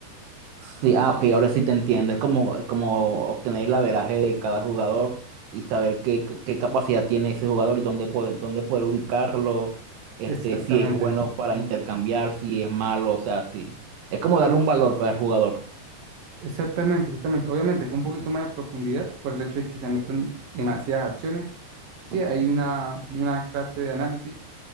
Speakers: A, on the right; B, on the right.
A: Sí, ah, ok, ahora sí te entiendo. Es como, es como obtener el averaje de cada jugador y saber qué, qué capacidad tiene ese jugador y dónde poder, dónde poder ubicarlo, este,
B: Exactamente,
A: si es bueno para intercambiar, si es malo, o sea, sí. Es como darle un valor para el jugador.
B: exactamente, exactamente. Obviamente, con un poquito más de profundidad, por el hecho de que se anotan demasiadas acciones, sí hay una, una clase de análisis